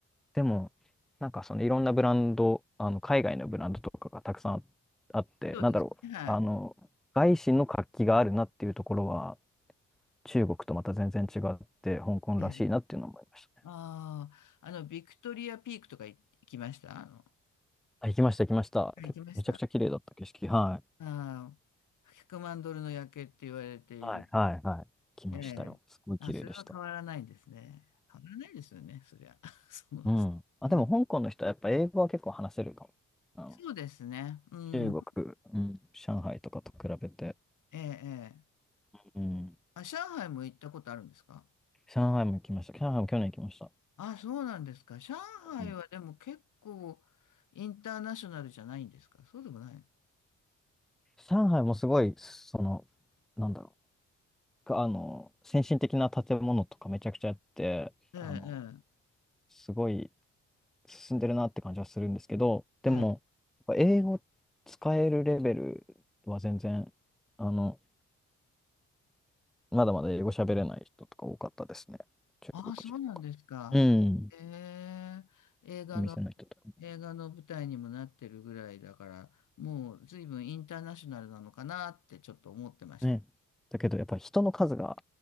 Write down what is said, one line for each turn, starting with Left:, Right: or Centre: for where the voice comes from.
Centre: でも、なんかそのいろんなブランド、あの海外のブランドとかがたくさんあって、
Left: そうですね。
Centre: なんだろう、
Left: は
Centre: あの、外資の活気があるなっていうところは、中国とまた全然違って、香港らしいなっていうのを思いましたね。
Left: い。ええ、ああ、あの、ビクトリアピークとか行行きましたあの、は
Centre: あ、行きました、行きました。
Left: い行きました。
Centre: けめちゃくちゃ綺麗だった景色。はい。
Left: ああ、100万ドルの夜景って言われている。
Centre: はい、はい、はい。来ましたよ。
Left: ええ、
Centre: すごい綺麗でした。
Left: あ、それは変わらないんですね。変わらないですよね、そりゃ。<laughs> その、
Centre: うん。うんあ、
Left: うん、
Centre: でも香港の人はやっぱ英語は結構話せるかも。あの
Left: そうですね。うん、
Centre: 中国、うん、上海とかと比べて。
Left: ええ、ええ。
Centre: うん。
Left: あ、上海も行ったことあるんですか
Centre: 上海も行きました。上海も去年行きました。
Left: あ、そうなんですか。上海はでも結構インターナショナルじゃないんですかそうでもない。
Centre: うん上海もすごい、その、なんだろう、あの、先進的な建物とかめちゃくちゃあって、
Left: え
Centre: あの、
Left: え、
Centre: すごい進んでるなって感じはするんですけど、でも、
Left: ええ、ええ。
Centre: やっぱ英語使えるレベルは全然、あの、まだまだ英語喋れない人とか多かったですね。中国人とか。
Left: あ、そうなんですか。
Centre: うん。
Left: ええ、映画の、
Centre: お店の人とかも
Left: 映画の舞台にもなってるぐらいだから、もう随分インターナショナルなのかなってちょっと思ってました。
Centre: ね。だけど、やっぱ人の数が、